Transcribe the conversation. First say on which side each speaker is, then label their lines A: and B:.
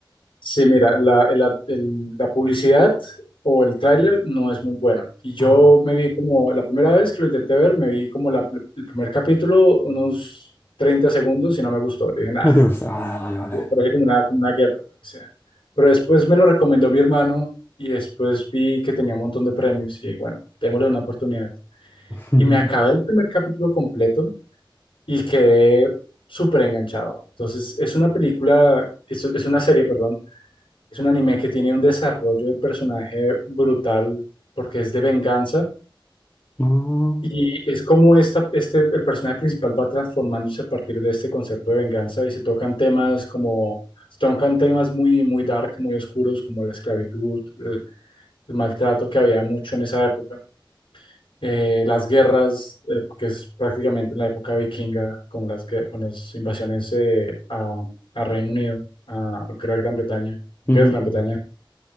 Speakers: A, on the left (about 80°); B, on the left (about 25°).
A: sí, mira, la, la- el- la publicidad o el tráiler no es muy bueno. Y yo
B: Ah,
A: me vi como, la primera vez que lo intenté ver, me vi como la- el primer capítulo, unos 30 segundos y no me gustó. Dije, nada,
B: no te gusta. Ah, vale, vale.
A: parece como una, como una guerra, lo que sea. Pero después me lo recomendó mi hermano y después vi que tenía un montón de premios y dije, bueno, démosle una oportunidad.
B: <laughs>
A: Y me acabé el primer capítulo completo y quedé súper enganchado. Entonces, es una película, es, es una serie, perdón, es un anime que tiene un desarrollo de personaje brutal porque es de venganza
B: No.
A: y es como esta, este, el personaje principal va transformándose a partir de este concepto de venganza y se tocan temas como, se tocan temas muy, muy dark, muy oscuros, como la esclavitud, el, el maltrato que había mucho en esa época, eh, las guerras, eh, porque es prácticamente en la época vikinga con las, que- con las invasiones eh, a, a Reino Unido, a lo que era Gran Bretaña, lo
B: Ujú.
A: que es Gran Bretaña.